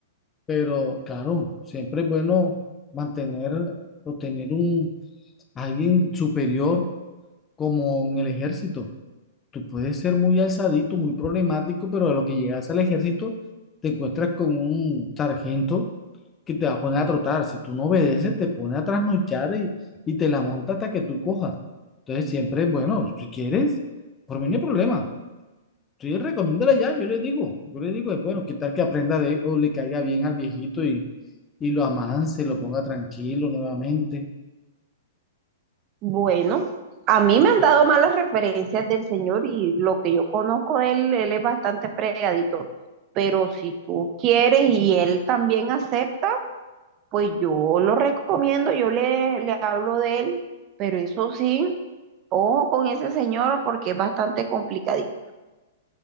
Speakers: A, on the left; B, on the right.
A: Pero claro, siempre es bueno mantener o tener un alguien superior como en el ejército. Tú puedes ser muy alzadito, muy problemático, pero a lo que llegas al ejército te encuentras con un sargento que te va a poner a trotar. Si tú no obedeces, te pone a trasnochar y, y te la monta hasta que tú cojas. Entonces siempre, bueno, si quieres, por mí no hay problema. Sí, recomiéndale ya, yo le digo, yo le digo, es bueno, qué tal que aprenda de él o le caiga bien al viejito y, y lo amance, lo ponga tranquilo nuevamente.
B: Bueno, a mí me han dado malas referencias del señor y lo que yo conozco de él, él es bastante pregadito. Pero si tú quieres y él también acepta, pues yo lo recomiendo, yo le, le hablo de él. Pero eso sí, ojo con ese señor porque es bastante complicadito.